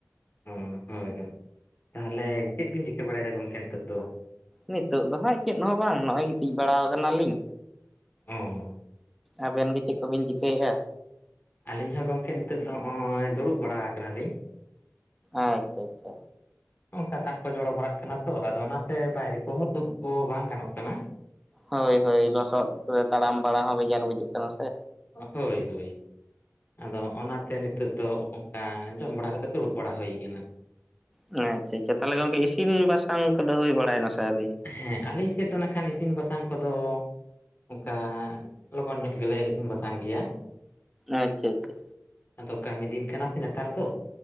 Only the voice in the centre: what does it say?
ᱱᱤᱛᱚᱜ ᱫᱚ ᱦᱟᱸᱜ ᱪᱮᱫ ᱦᱚᱸ ᱵᱟᱝ ᱱᱚᱜ-ᱚᱭ ᱜᱤᱛᱤᱡ ᱵᱟᱲᱟ ᱠᱟᱱᱟᱞᱤᱧ,
ᱟᱹᱵᱮᱱ ᱜᱮ ᱪᱮᱫ ᱠᱚᱵᱤᱱ ᱪᱤᱠᱟᱹᱭᱮᱜ-ᱟ?
ᱟᱪᱪᱷᱟ-ᱟᱪᱪᱷᱟ
ᱦᱳᱭ-ᱦᱳᱭ ᱞᱚᱥᱚᱫ ᱠᱚᱨᱮ ᱛᱟᱲᱟᱢ ᱵᱟᱲᱟ ᱦᱚᱸ ᱵᱮᱡᱟᱨ ᱵᱩᱡᱟᱹᱜ ᱠᱟᱱᱟ ᱥᱮᱼᱼ
ᱟᱪᱷᱟ-ᱟᱪᱷᱟ ᱛᱟᱦᱚᱞᱮ ᱜᱚᱝᱠᱮ ᱤᱥᱤᱱ-ᱵᱟᱥᱟᱝ ᱠᱚᱫᱚ ᱦᱩᱭ ᱵᱟᱲᱟ ᱮᱱᱟ ᱥᱮ ᱟᱹᱣᱨᱤ?
ᱟᱪᱷᱟ-ᱟᱪᱷᱟ